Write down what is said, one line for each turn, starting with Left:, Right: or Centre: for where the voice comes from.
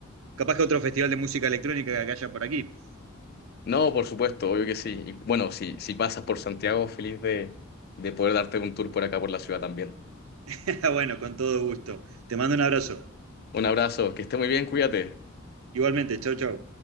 Right: capaz que otro festival de música electrónica que haya por aquí.
Left: No, por supuesto, obvio que sí. Y bueno, si, si pasas por Santiago, feliz de, de poder darte un tour por acá, por la ciudad también.
Right: <laughs> Bueno, con todo gusto. Te mando un abrazo.
Left: Un abrazo, que esté muy bien, cuídate.
Right: Igualmente, chau, chau.